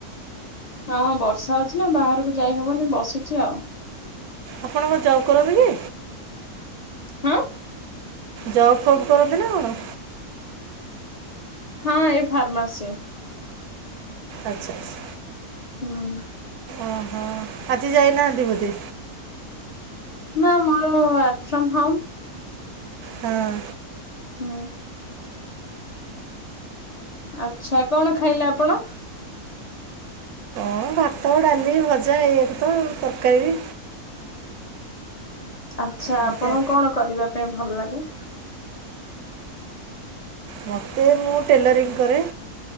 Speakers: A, on the left (about 50°); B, on the right (about 80°).
A: ହଁ ବର୍ଷା ହଉଚି ନା ବାହାରକୁ ଯାଇହବନି ବସିଚି ଆଉ।
B: ଆପଣଙ୍କକଣ ଜବ କରନ୍ତି କି?
A: ହାଁ?
B: ଜବ୍ ଫବ୍ କରନ୍ତି ନା କଣ?
A: ହଁ ଏଇ ଫାର୍ମାସି।
B: ଆଚ୍ଛା ଆଚ୍ଛା।
A: ହୁଁ।
B: ଓହୋ ଆଜି ଯାଇନାହାନ୍ତି ବୋଧେ?
A: ନା ମୋର ୱାର୍କ ଫ୍ରମ୍ ହୋମ।
B: ହଁ।
A: ହୁଁ। ଆଚ୍ଛା କଣ ଖାଇଲେ ଆପଣ?
B: ହଁ ଭାତ ଡାଲି ଭଜା ଏଇଆକୁ ତ ତରକାରୀ।
A: ଆଚ୍ଛା
B: ଏମିତିଆ
A: ଆପଣଙ୍କୁ କଣ କରିବା ପାଇଁ ଭଲ ଲାଗେ?
B: ମୋତେ ମୁଁ ଟେଲରିଂ କରେ।